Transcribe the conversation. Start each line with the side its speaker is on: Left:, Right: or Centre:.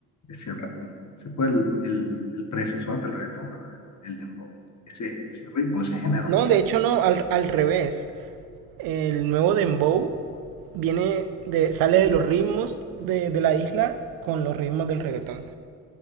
Left: es cierto. Ese fue el, el- el predecesor del reggaetón, ¿verdad? El, el dembow. Ese, ese ritmo, ese género.
Right: No, de hecho no, al, al revés. El nuevo dembow viene de, sale de los ritmos de, de la isla con los ritmos del reggaetón.